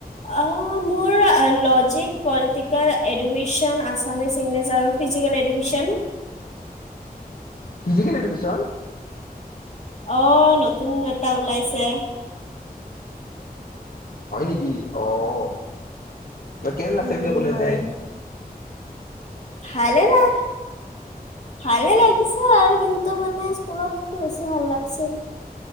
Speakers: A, on the left (about 45°); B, on the left (about 70°).
A: অ' মোৰ। Logic, political, education, Assamese, English আৰু ফিজিকেল এডুকেশ্যন। <inaudible>
B: Physical education.
A: অ' নতুন এটা ওলাইছে।
B: হয় নেকি অ' কেনে লাগছে
A: উম,
B: পিছে কলেজ
A: হয়।
B: যায়।
A: ভালে লাই ভালে লাগি পিছে আৰু কিন্তু মানে স্কুলত থাকি বেছি ভাল লাগছিল।